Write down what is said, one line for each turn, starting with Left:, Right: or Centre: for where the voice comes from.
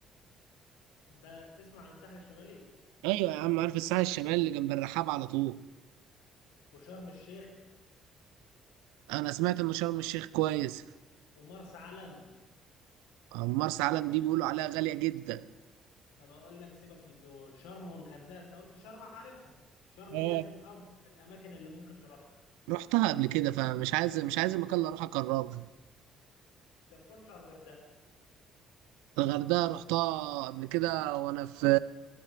Left: انت تسمع عن الساحل الشمالي
Right: ايوه يا عم عارف الساحل الشمالي اللي جنب الرحاب على طول
Left: وشرم الشيخ
Right: انا سمعت ان شرم الشيخ كويس
Left: ومرسى علم
Right: أما مرسى علم دي بيقولوا عليها غاليه جدا
Left: طب اقول لك سيبك من دول شرم والغردقه انت قلت شرم عارفها شرم
Right: اه
Left: ديت من افضل الاماكن اللي ممكن تروحها
Right: رحتها قبل كده فمش عايز مش عايز المكان اللي اروح اكرره
Left: طب خش على الغردقه
Right: الغردقه رحتها قبل كده وانا في